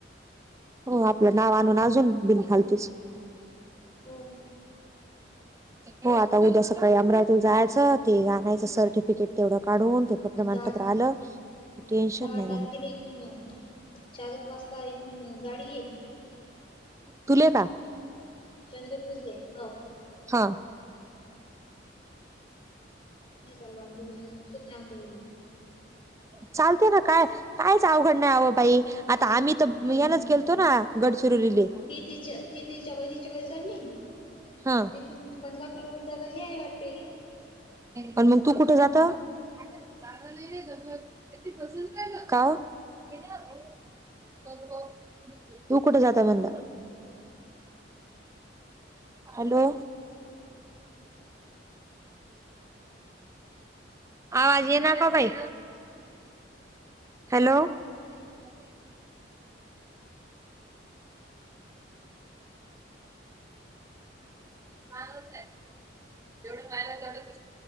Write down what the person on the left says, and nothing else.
हो
आणि
दहा
दहा
तारखेला
इथून चालक वाजता इथून गाडी आहे
चंद्रपूरे हो
चाल आमसत नाही आमच्याडे
आणि
ती तिच्या ती तिच्या बाई तिच्या घरी चालली
देखील पंधरा किलोमीटर हे आहे वाटते